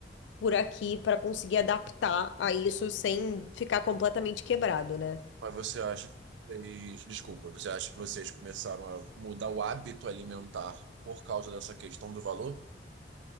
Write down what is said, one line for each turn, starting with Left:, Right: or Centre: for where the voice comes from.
Left: por aqui para conseguir adaptar a isso sem ficar completamente quebrado, né?
Right: Mas você acha que vocês... Desculpa, você acha que vocês começaram a mudar o hábito alimentar por causa dessa questão do valor?